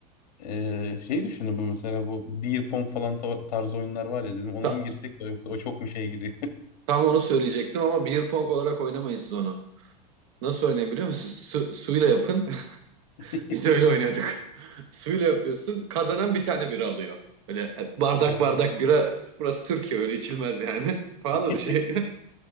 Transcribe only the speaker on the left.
E, şey düşündüm bu mesela bu beer pong falan ta- tarzı oyunlar var ya dedim ona
mı girsek de yoksa o çok mu şeye giriyor?
<laughs>
Ha.
<laughs>